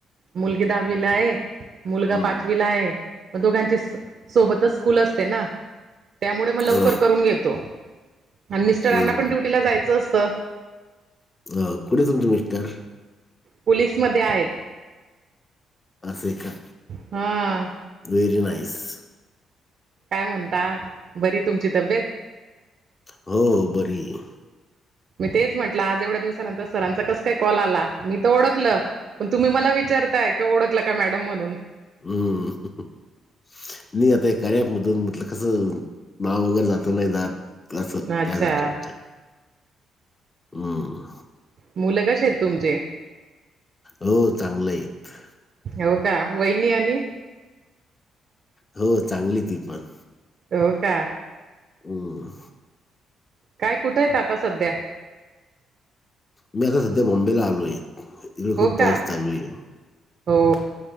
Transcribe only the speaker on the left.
हं.
हो,
हं.
अ कुठं आहे तुमचे मिस्टर?
असंय का?
Very nice.
हो बरी आहे.
हम्म. नाही आता हे कार्या ॲपमधून म्हटलं कसं नाव वगैरे जात नाही जात. तसं
त्यासाठी विचारतो हम्म.
हो चांगलं आहेत.
हो चांगली ती पण.
हम्म.
मी आता सध्या बॉम्बेला आलोय. इकडे खूप
पाऊस चालू आहे.